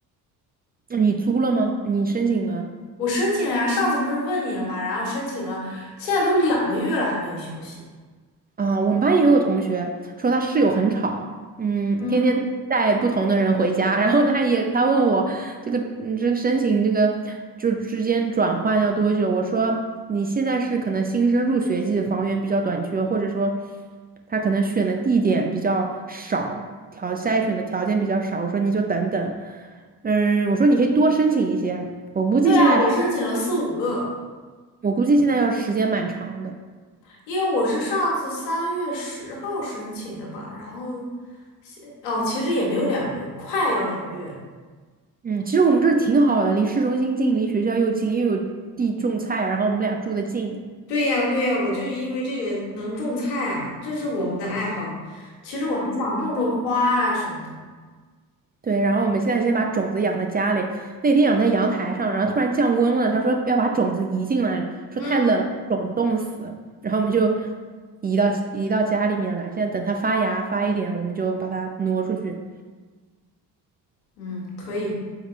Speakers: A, on the right (about 20°); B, on the left (about 75°).
A: 你租了吗？你申请了？
B: 我申请了呀，上次不是问你了吗？然后申请了，现在都两个月了还没有消息。
A: 啊，我们班也有个同学说他室友很吵，嗯，
B: 嗯，
A: 天天带不同的人回家，<laughs> 然后他也他问我这个嗯这个申请这个就之间转换要多久？我说你现在是可能新生入学季房源比较短缺，或者说他可能选的地点比较少，条筛选的条件比较少，我说你就等等，嗯，我说你可以多申请一些，我估计现在是
B: 对啊，我申请了四五个，
A: 我估计现在要时间蛮长的。
B: 因为我是上次三月十号申请的吧，然后哦，其实也没有两个月，快要两个月了
A: 嗯，其实我们这儿挺好的，离市中心近，离学校又近，又有地种菜，然后我们俩住的近。
B: 对呀，对呀，我就是因为这个能种菜啊，这是我们的爱好。其实我还想种种花啊什么的。
A: 对，然后我们现在先把种子养在家里。那天养在阳台上，然后突然降温了，他说要把种子移进来，说太冷了，
B: 嗯，
A: 种子冻死。然后我们就移到移到家里面来。现在等它发芽发一点，我们就把它挪出去。
B: 嗯，可以。